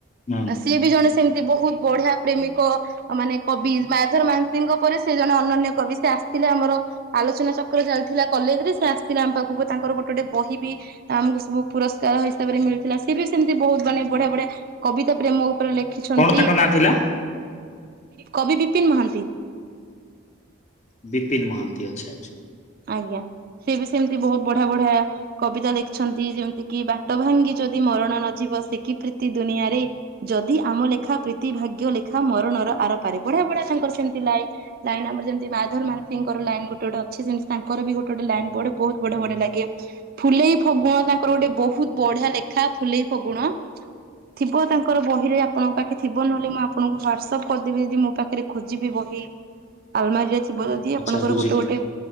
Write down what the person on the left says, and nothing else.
ହୁଁ
କଣ ତାଙ୍କ ନାଁ ଥିଲା?
ବି ବିପିନ ମହାନ୍ତି ଅଛା।
ଆଚ୍ଛା
ବୁଝିଲି